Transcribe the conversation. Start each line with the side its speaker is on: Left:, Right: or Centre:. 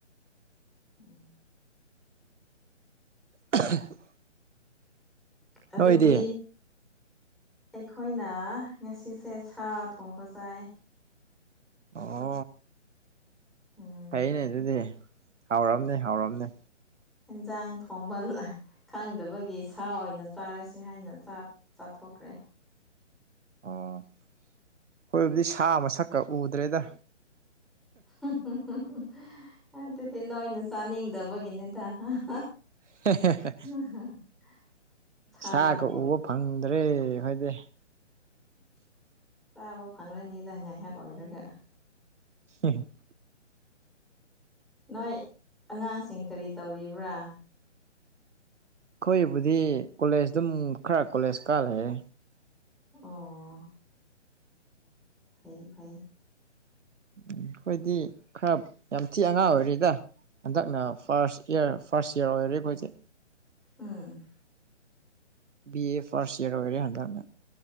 Centre: ꯑꯣ
Right: <unintelligible>
Centre: ꯑꯗꯨꯗꯤ
Right: ꯅꯣꯏꯗꯤ
Centre: ꯑꯩꯈꯣꯏꯅ ꯉꯁꯤꯁꯦ ꯁꯥ ꯊꯣꯡꯕ ꯆꯥꯏ
Right: ꯑꯣ
Centre: ꯎꯝ
Right: ꯐꯩꯅꯦ ꯑꯗꯨꯗꯤ ꯍꯥꯎꯔꯝꯅꯦ ꯍꯥꯎꯔꯝꯅꯦ
Centre: ꯍꯟꯖꯥꯡ ꯊꯣꯡꯕ ꯈꯪꯗꯕꯒꯤ ꯁꯥ ꯑꯣꯏꯅ ꯆꯥꯔꯁꯤ ꯍꯥꯏꯅ ꯆꯥꯊꯣꯛꯈ꯭ꯔꯦ
Right: ꯑꯣ ꯑꯩꯈꯣꯏꯕꯨꯗꯤ ꯁꯥ ꯃꯁꯛꯀ ꯎꯗ꯭ꯔꯦꯗ
Centre: <unintelligible> ꯑꯗꯨꯗꯤ ꯅꯣꯏꯅ ꯆꯥꯅꯤꯡꯗꯕꯒꯤꯅꯤꯗ <unintelligible>
Right: <unintelligible>
Centre: <unintelligible> ꯁꯥꯕꯨ
Right: ꯁꯥꯀ ꯎꯕ ꯐꯪꯗ꯭ꯔꯦ ꯍꯣꯏꯗꯤ
Centre: ꯆꯥꯕ ꯐꯪꯂꯅꯤꯗ ꯉꯥꯏꯍꯥꯛ ꯑꯣꯏꯔꯒ
Right: <unintelligible>
Centre: ꯅꯣꯏ ꯑꯉꯥꯡꯁꯤꯡ ꯀꯔꯤ ꯇꯧꯔꯤꯕ꯭ꯔꯥ
Right: ꯑꯩꯈꯣꯏꯕꯨꯗꯤ ꯀꯣꯂꯦꯖ ꯑꯗꯨꯝ ꯈꯔ ꯀꯣꯂꯦꯖ ꯀꯥ ꯂꯩꯔꯦ
Centre: ꯑꯣ ꯐꯩ ꯐꯩ
Right: ꯎꯝ ꯑꯩꯈꯣꯏꯗꯤ ꯈꯔ ꯌꯥꯝ ꯊꯤ ꯑꯉꯥꯡ ꯑꯣꯏꯔꯤꯗ ꯍꯟꯗꯛꯅ ꯐꯥꯔꯁ ꯏꯌꯥꯔ ꯐꯥꯔꯁ ꯏꯌꯥꯔ ꯑꯣꯏꯔꯦ ꯑꯩꯈꯣꯏꯁꯦ
Centre: ꯎꯝ
Right: ꯕꯤ ꯑꯦ ꯐꯥꯔꯁꯠ ꯏꯌꯥꯔ ꯑꯣꯏꯔꯦ ꯍꯟꯗꯛꯅ